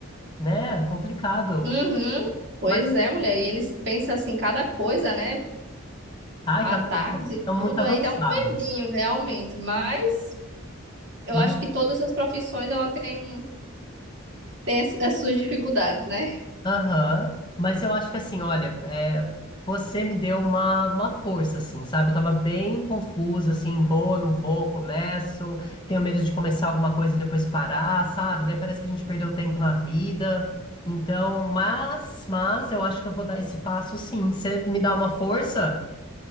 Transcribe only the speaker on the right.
Uhum. Pois
é, mulher. E eles pensam assim, cada coisa, né?
Ataques
e
tudo,
aí dá um medinho realmente. Mas eu
acho que todas as profissões ela tem, tem as, as suas dificuldades, né?